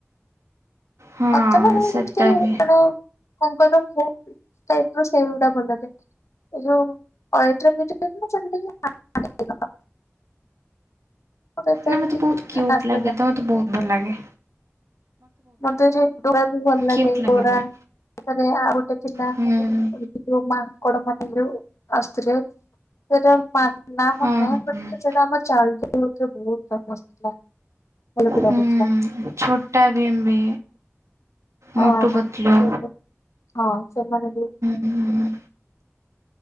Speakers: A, on the right; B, on the left.
A: ହଁ
B: ମତେ ମୁ ଏମିତି
A: ସେଟା
B: ମାନେ
A: ବି
B: କଣ କଇଁଲ <unintelligible> ସେଇଗୁଟା ଭଲଲାଗେ। ଏଇ ଯୋଉ <unintelligible> ଏତେ
A: ନା ମତେ
B: ବି
A: ବହୁତ୍ କିୟୁଟ୍
B: ଖାସ୍
A: ଲାଗେତ
B: ଲାଗେନି।
A: ମତେ ବହୁତ୍ ଭଲ ଲାଗେ।
B: ମୋତେ ଡୋରାବି ଭଲ ଲାଗେ
A: କ୍ୟୁଟ୍
B: ଡୋରା
A: ବହୁତ
B: ସେଠିରେ ଆଉ ଗୋଟେ ଥିଲା
A: ହୁଁ।
B: ଏଠି ଯୋଉ ମାଙ୍କଡ଼ ମାନେ ଯଉ ଆସୁଥିଲେ ସେଟା ନା ନା ମନେନାହିଁ
A: ହଁ
B: ସେଟା ଆମ ଚାଉରେ ବହୁତ ଫେମସ୍ ଥିଲା। ଭଲବି
A: ହୁଁ
B: ଲାଗୁଥିଲା।
A: ଛୋଟା ଭିମ୍ବି ମୋଟୁ
B: ଓହୋ
A: ପତୁଲୁ
B: ସେଇଟା ହଁ ସେମାନେବି
A: ହୁଁ।